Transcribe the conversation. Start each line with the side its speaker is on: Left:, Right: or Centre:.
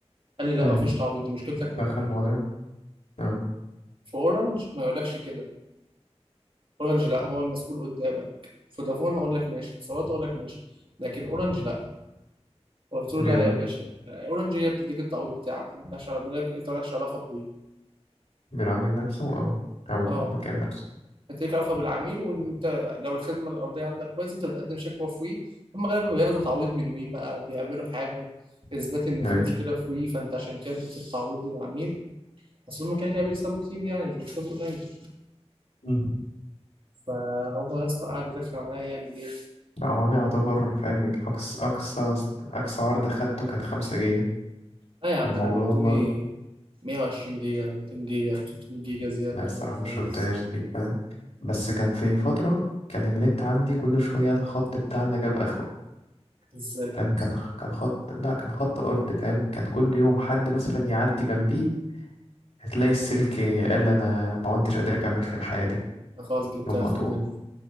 Right: قال لي لا
Left: امم
Right: مفيش تعويض دي مشكلتك
Left: دخل
Right: مع وي
Left: المواضيع اه
Right: في اورنج ما يقولكش كده اورنج لا هو المسؤول قدامك فودافون هقول لك ماشي اتصالات هقول لك ماشي لكن اورنج لا قلت له
Left: ليه
Right: لا
Left: بقى
Right: يا باشا اورنج هي بتديك التعويض بتاعك مالهاش مالك انت مالكش علاقه بوي
Left: بالعميل نفسه اه او المكان
Right: اه
Left: نفسه
Right: هتليك علاقه بالعميل وان انت لو الخدمه الارضيه عندك بايظه انت بتقدم شكوى في وي هم غالبا بياخدوا تعويض من وي بقى بيعملوا حاجه اثبات ان في
Left: ايوه
Right: مشكله في وي فانت عشان كده اديت التعويض للعميل اصل هم كده كده بيكسبوا كتير يعني مش بيكسبوا قليل
Left: امم
Right: فهو يا اسطى قاعد يرخم عليا يعمل ايه
Left: لا هو انا يعتبر فاهم اقصى اقصى اقصى عرض خدته كان خمسة جيجا
Right: لا يا عم
Left: فالموضوع
Right: ده انا بيدوني
Left: برضه
Right: 120 جيجا 200 جيجا 300 جيجا زياده
Left: لا الصراحة
Right: لو انا عايز
Left: ما شفتهاش دي فاهم بس كان في فترة كان النت عندي كل شوية الخط بتاعنا جاب اخره
Right: ازاي كده
Left: فاهم كان كان خط لا كان خط ارض فاهم كان كل يوم حد مثلا يعدي جنبيه هتلاقي السلك قال انا ما كنتش قادر اكمل في الحياة دي
Right: أنا خلاص جبت
Left: يوم
Right: اخر
Left: مقطوع
Right: منه